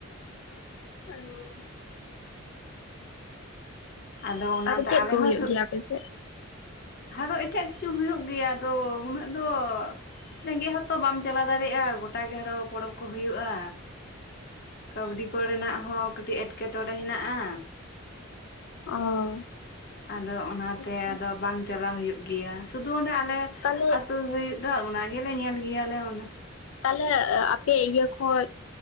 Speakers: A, on the left; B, on the left.
A: ᱚ
B: ᱟᱫᱚ ᱚᱱᱟᱛᱮ
A: ᱟᱨ ᱪᱮᱫ
B: ᱟᱞᱮ
A: ᱠᱚ
B: ᱦᱚᱸ
A: ᱦᱩᱭᱩᱜ ᱜᱮᱭᱟ ᱟᱯᱮ ᱥᱮᱫ
B: ᱟᱨᱚ ᱮᱴᱟᱜ ᱠᱤᱪᱷᱩ ᱦᱩᱭᱩᱜ ᱜᱮᱭᱟ ᱟᱫᱚ ᱩᱱᱟᱹᱜ ᱫᱚ ᱨᱮᱸᱜᱮᱡ ᱦᱚᱛᱚ ᱵᱟᱢ ᱪᱟᱞᱟᱣ ᱫᱟᱲᱮᱭᱟᱜᱼᱟ ᱜᱚᱴᱟ ᱜᱮ ᱟᱨᱚ ᱯᱚᱨᱚᱵ ᱠᱚ ᱦᱩᱭᱩᱜᱼᱟ ᱠᱟᱹᱣᱰᱤ ᱠᱚᱨᱮᱱᱟᱜ ᱦᱚᱸ ᱠᱟᱹᱴᱤᱡ ᱮᱴᱠᱮᱴᱚᱬᱮ ᱦᱮᱱᱟᱜᱼᱟ
A: ᱚ
B: ᱟᱫᱚ ᱚᱱᱟᱛᱮ
A: ᱟᱪᱪᱷᱟ
B: ᱟᱫᱚ ᱵᱟᱝ ᱪᱟᱞᱟᱜ ᱦᱩᱭᱩᱜ ᱜᱮᱭᱟ ᱥᱩᱫᱩ ᱚᱱᱟ‌ ᱟᱞᱮ
A: ᱛᱟᱦᱞᱮ
B: ᱟᱹᱛᱩ ᱦᱩᱭᱩᱜ ᱟᱫᱚ ᱚᱱᱟ ᱜᱮᱞᱮ ᱧᱮᱞ ᱜᱮᱭᱟᱞᱮ ᱚᱱᱟ
A: ᱛᱟᱦᱞᱮ ᱟᱯᱮ ᱤᱭᱟᱹ ᱠᱷᱚᱡ